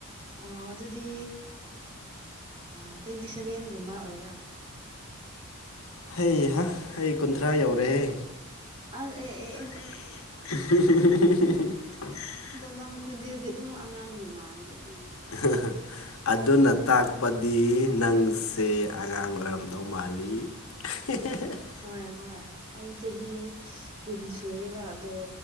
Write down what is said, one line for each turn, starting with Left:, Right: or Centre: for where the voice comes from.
Right: ꯑꯣ ꯑꯗꯨꯗꯤ ꯑꯇ꯭ꯋꯦꯟꯇꯤ ꯁꯚꯦꯟꯒꯨꯝꯕ ꯑꯣꯏꯕ꯭ꯔꯥ
Left: ꯍꯩꯍ ꯑꯩ ꯀꯨꯟꯊ꯭ꯔꯥ ꯌꯧꯔꯦꯍꯦ
Right: ꯑ ꯑꯦ ꯑꯦ ꯑꯦ
Left: <inaudible>
Right: ꯑꯗꯨ ꯅꯪ ꯈꯣꯟꯖꯦꯜꯗꯤ ꯑꯗꯨꯝ ꯑꯉꯥꯡꯒꯤ ꯃꯥꯟꯕ ꯑꯗꯨꯏꯅꯤꯗ
Left: <inaudible> ꯑꯗꯨꯅ ꯇꯥꯛꯄꯗꯤ ꯅꯪꯁꯤ ꯑꯉꯥꯡ ꯑꯣꯏꯔꯝꯗꯧ ꯃꯥꯜꯂꯤ <inaudible>
Right: ꯍꯣꯏ ꯍꯣꯏ ꯑꯩ ꯆꯍꯤ ꯀꯨꯟ ꯁꯨꯔꯦꯕ ꯑꯗꯣ